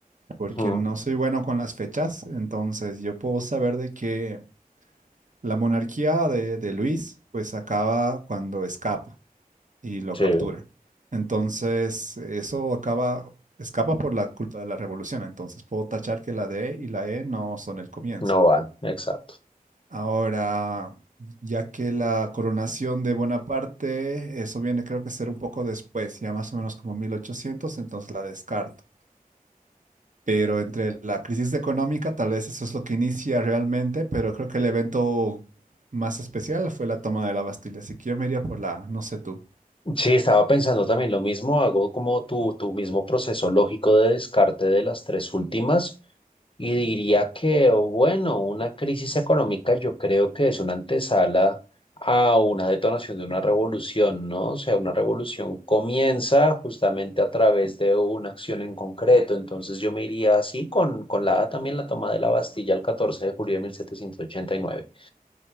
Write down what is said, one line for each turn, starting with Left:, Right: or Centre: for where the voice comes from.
Right: porque
Left: ujú,
Right: no soy bueno con las fechas, entonces yo puedo saber de que la monarquía de, de Luis pues acaba cuando escapa. y lo
Left: sí,
Right: captura. Entonces, eso acaba, escapa por la culpa de la revolución. Entonces, puedo tachar que la D y la E no son el comienzo.
Left: no va, exacto.
Right: Ahora, ya que la coronación de Bonaparte, eso viene creo que ser un poco después, ya más o menos como mil ochocientos entonces la descarto. Pero entre la crisis económica, tal vez eso es lo que inicia realmente, pero creo que el evento más especial fue la toma de la Bastilla. Así que yo me iría por la, no sé tú.
Left: Sí, estaba pensando también lo mismo, hago como tu, tu mismo proceso lógico de descarte de las tres últimas y diría que, bueno, una crisis económica yo creo que es una antesala a una detonación de una revolución, ¿no? O sea, una revolución comienza justamente a través de una acción en concreto, entonces yo me iría así con, con la también la toma de la Bastilla el 14 de julio de 1789.